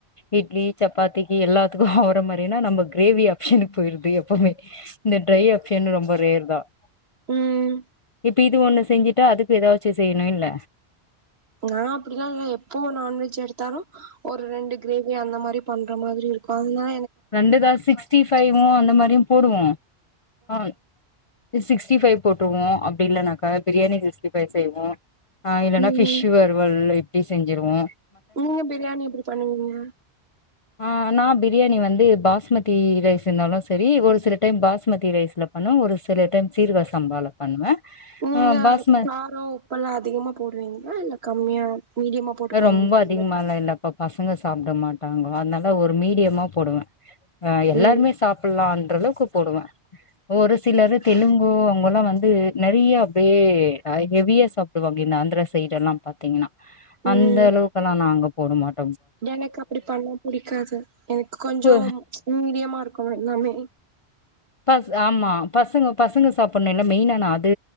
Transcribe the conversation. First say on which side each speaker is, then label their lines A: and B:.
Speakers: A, on the left; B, on the right.
A: இட்லி சப்பாத்திக்கு எல்லாத்துக்கும் அவர மாரினா நம்ம கிரேவி ஆப்ஷனுக்கு போயிறது எப்பவுமே இந்த ட்ரை ஆப்ஷன் ரொம்ப ரேர் தான்
B: ம்
A: இப்ப இது ஒண்ணுஸ் செஞ்சுட்டுா அதுக்கு ஏதாச்சு செய்யணும் இல்ல
B: நா அப்படிலாம் இல்ல எப்போ நான்வெஜ் எடுத்தாலும் ஒரு ரெண்டு கிரேவி அந்த மாரிப் பண்ற மாதிரி இருக்கும் அதனா
A: ரெண்டுதா சிக்ஸ்டி பஃபைவும் அந்த மாரியும் போடுவோம் ஆ சிக்ஸ்டி பைவ் போட்டுவோ அப்படி இல்லனாக்கா பிரியாணி சிக்ஸ்டி ஃபைவ் செய்வோ ஆ இல்லன்னா
B: ம்
A: பிஷ் வறுவல் இப் எப்படி செஞ்சுருவோ
B: நீங்க பிரியாணி எப்படி பண்ணுவீங்க
A: ஆ நா பிரியாணி வந் ந்து பாஸ்மதி ரைஸ் இருந்தாலு செரி ஒரு சில டைம் பாஸ்மதி ரைஸ்ல பண்ணுவே ஒரு சில டைம் சீரக சம்பால பண்ணுவே
B: நீங்க
A: ஆ பாஸ்ம
B: காரோம் உப்பெல்லா அதிகமா போடுவீங்களா இல்ல கம்மியா மீடியமா போட்டு பண்ணுவீங்களா
A: ரொம்ப அதிகமாலா இல்லப்பா பசங்க சாப்பிட மாட்டாங்கோ அதனால ஒரு மீடியமா போடுவே அ எல்லாருமே
B: ம்
A: சாப்பலா அந் ற்றளவுக்கு போடுவே ஒரு சிலர் தெலுங்கு அவங்கல்லா வந்து நெறையா அப்படியே ஹெவியா சாப்பிடுவாங்க இந்த ஆந்திர சைடு எல்லா பாத்தீங்கன்னா அந்த
B: ம்
A: அளவுக்கு எல்லா நாங்கப் போட மாட்
B: எனக்கு அப்படி பண்ணா புடிக்காது எனக்கு கொஞ்சோ
A: பு
B: மீடியமா இருக்குனு எல்லாமே
A: பஸ் ஆமா பசங்கோ பசங்க சாப்பிடணு இல்ல மெயினா நா அது